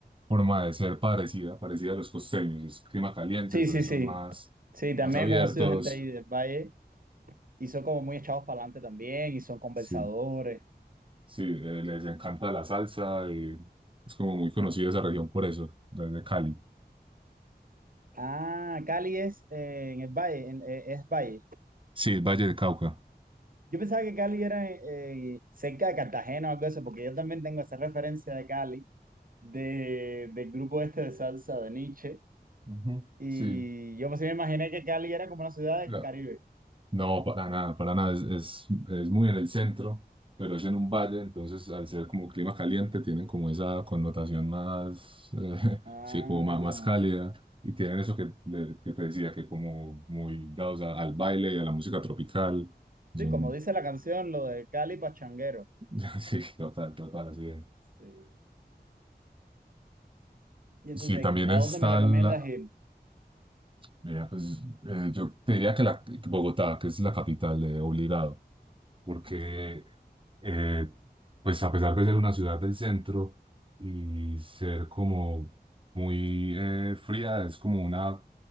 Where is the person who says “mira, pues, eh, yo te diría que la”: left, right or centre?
Right